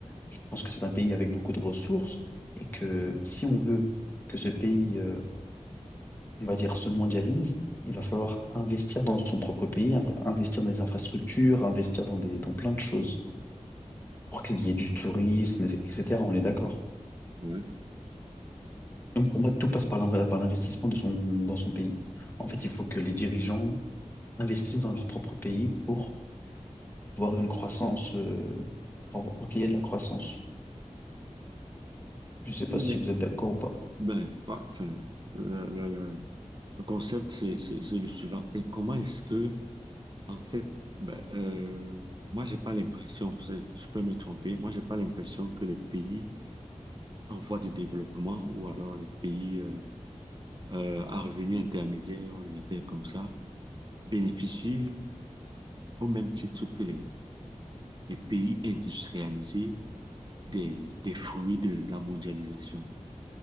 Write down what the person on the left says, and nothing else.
je pense que c'est un pays avec beaucoup de ressources et que si on veut que ce pays, euh, on va dire, se mondialise, il va falloir investir dans son propre pays, inf- investir dans des infrastructures, investir dans des, dans plein de choses pour qu'il y ait du tourisme, etc. On est d'accord.
Donc pour moi, tout passe par l'in- par l'investissement de son, dans son pays. En fait, il faut que les dirigeants investissent dans leur propre pays pour voir une croissance, euh, pour, avoir- pour qu'il y ait de la croissance. Je ne sais pas
si
vous êtes d'accord ou pas.